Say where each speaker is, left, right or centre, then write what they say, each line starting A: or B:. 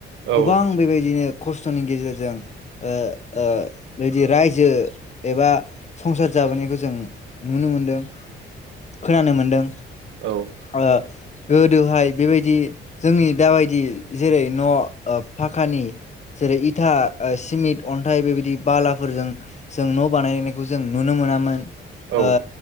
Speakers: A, on the right; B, on the left.
A: औ
B: गोबां बेबायदिनो खस्थ'नि गेजेरजों ओ ओ बिदि रायजो एबा संसार जाबोनायखौ जों नुनो मोनदों। खोनानो मोनदों
A: औ
B: ओ गोदोहाय बेबायदि जोंनि दाबायदि जेरै- न' फाक्कानि जेरै इथा ओ सिमिट अन्थाइ बेबायदि बालाफोरजों जों न' बानायनायखौ जों नुनो मोनामोन।
A: औ
B: ओ